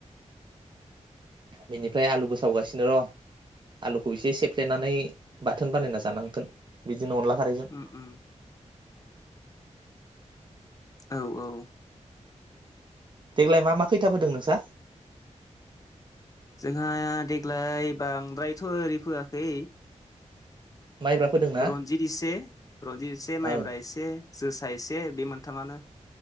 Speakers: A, on the right; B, on the left.
A: बिनिफ्राय आलुबो सावगासिनो र' आलुखौ इसे सेफ्लेनानै बाथोन बानायना जानांगोन बि जोंना अनला खारैजों
B: उम उम औ औ
A: देग्लाय मा मा खैथाफोदों नोंसा
B: जोंहा दे ग्लाय बांद्रायथ' ओरै फोयाखै
A: माइब्रा फोदोंना?
B: रनजित इसे रनजित इसे माइब्रा
A: ओं
B: इसे जोसा इसे बे मोनथामानो